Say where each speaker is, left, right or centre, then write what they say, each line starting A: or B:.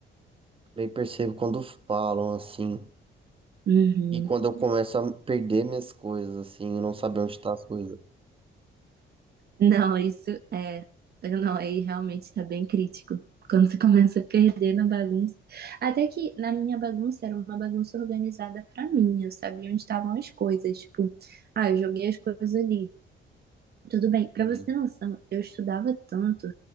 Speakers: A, on the right; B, on the right.
A: Eu percebo quando falam assim.
B: Uhum.
A: E quando eu começo a perder minhas coisas, assim, e não saber onde tá as coisas.
B: Não, isso é. Não, aí realmente tá bem crítico. Quando você <laughs> começa a perder na bagunça. Até que na minha bagunça era uma bagunça organizada pra mim. Eu sabia onde estavam as coisas. Tipo, ah, eu joguei as coisas ali. Tudo bem. Pra
A: Entendi.
B: você ter noção, eu estudava tanto